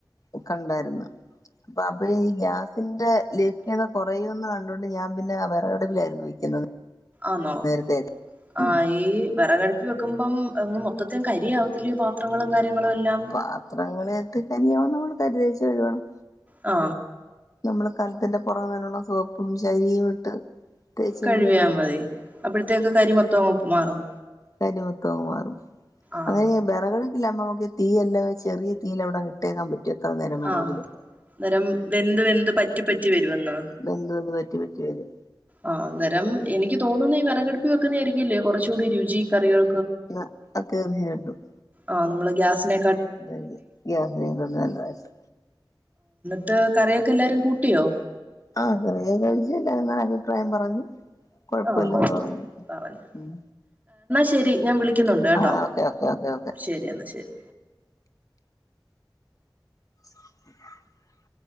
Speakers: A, on the left; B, on the right.
A: ഒക്കെ ഉണ്ടായിരുന്നു അപ്പൊ അപ്പ ഈ ഗ്യാസ് ന്റെ ലഭ്യതക കൊറയുമെന്ന് കണ്ട് കണ്ടോണ്ട് ഞാൻ പിന്നെ വെറ കടുപ്പിലായിരുന്നു വെക്കുന്നത്
B: ആണോ
A: നേരത്തെയൊക്കെ
B: ആ
A: ഉം
B: ഈ വിറകടുപ്പിൽ വെക്കുമ്പം മൊത്തത്തിൽ അങ്ങ് കരിയാവത്തില്ലേ പാത്രങ്ങളും കാര്യങ്ങളും എല്ലാം
A: പാത്രങ്ങൾ എട്ട കനിയാവള കരിതിരിച്ചു കഴുകണം
B: ആ
A: നമ്മുടെ കലത്തിന്റെ പുറകെയുള്ള സോപ്പും ചകിരിയും ഇട്ട് തേച്ച് കഴുകിയാ
B: കഴിവിയാ മതി അപ്പോഴത്തേക്ക് കരി മൊത്തം അങ്ങ് മാറും
A: കരിമൊത്തങ്ങ് മാറും
B: ആഹ്
A: അങ്ങനെ ബേറകള് ഇല്ല അമ്മമുക്ക് തീയല്ലാത ചെറിയ തീയിലങ്ങ് അവിടെ ഇട്ടേക്കാൻ പറ്റും എത്ര നേരം വേണമെങ്കിലും
B: ആ അന്നേരം എന്ത് എന്ത് പറ്റിപ്പറ്റി വരുമെന്നോ
A: ബന്ധത് പറ്റി പറ്റി വരും
B: ആ അന്നേരം എനിക്ക് തോന്നുന്ന് ഈ വിറകടുപ്പിൽ വെക്കുന്നത് ആയിരിക്കൂല്ലേ കുറച്ചുകൂടി രുചി കറികൾ
A: ആ തറി കണ്ടു <unintelligible>
B: ആ നമ്മള് ഗ്യാസിനേ
A: അ ഗ്യാസിനെ കാട്ടിയും നല്ലതായിട്ട്
B: മ് കറിയൊക്കെ എല്ലാരും കൂട്ടിയോ
A: ആ കറിയൊക്കെ കഴിച്ച് നല്ല അഭിപ്രായം പറഞ്ഞ് കൊഴപ്പമില്ലെന്ന്
B: ആ
A: പറഞ്ഞു
B: പറഞ്ഞു
A: ഉം
B: ശരി ഞാൻ വിളിക്കാം ളിക്കുന്നുണ്ട് കേട്ടോ
A: ആഹ് ഓക്കെ ഓക്കെ ഓക്കെ ഓക്കെ
B: ശരി എന്നാ ശരി
A: <unintelligible>